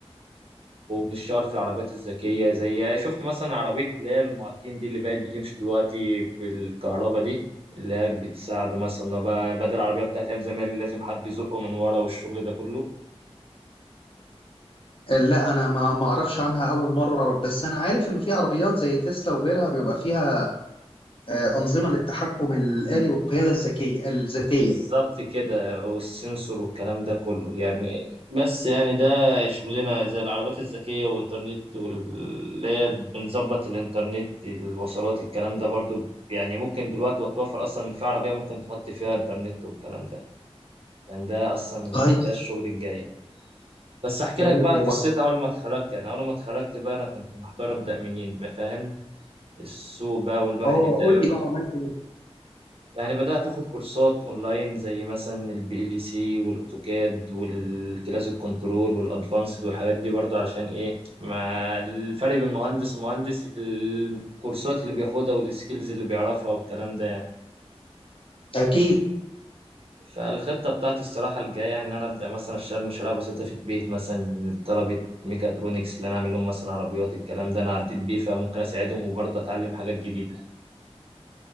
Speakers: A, on the right; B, on the left.
A: وبنشتغل في العربيات الذكيه زي شفت مثلا عربيه اللي هي المعاكين دي اللي بقت بتمشي دلوقتي بالكهرباء دي اللي هي بتساعده مثلا إن هو بقى بدل العربيه بتاعت ايام زمان اللي لازم حد يزقه من ورا والشغل ده كله
B: آه، لا انا ما ما اعرفش عنها اول مرة اعرف بس انا عارف انه في عربيات زي تسلا وغيرها بيبقى فيها آه، انظمة للتحكم الآلي والقيادة الذكية الذاتية
A: بالظبط كده والسنسور والكلام ده كله يعني بس يعني ده شغلنا زي العربات الذكية والإنترنت واللي هي بنظبط الإنترنت الوصلات الكلام ده برضو يعني ممكن دلوقتي وتوفر أصلا إن في عربية ممكن تحط فيها إنترنت والكلام ده يعني ده أصلا
B: طيب
A: ده الشغل الجاي بس أحكي
B: كويس
A: لك بقى على
B: والله
A: قصتي أول ما اتخرجت يعني أول ما اتخرجت بقى أنا كنت محتار أبدأ منين فاهم السوق بقى والواحد
B: اه
A: يبدأ
B: قول
A: ياخد
B: لي بقى عملت ايه
A: يعني بدأت أخد كورسات أونلاين زي مثلا البي ال سي والأوتوكاد والكلاسيك كنترول والأدفانسد والحاجات دي برضو علشان إيه ما الفرق بين مهندس ومهندس الكورسات اللي بياخدها والسكيلز اللي بيعرفها والكلام ده يعني
B: اكيد
A: فالخطة بتاعتي الصراحة الجاية يعني إن أنا أبدأ مثلا أشتغل مشاريع بسيطة في البيت مثلا طلبة ميكاترونكس اللي أنا أعمل لهم مثلا عربيات الكلام ده أنا عديت بيه فممكن أساعدهم وبرضه أتعلم حاجات جديدة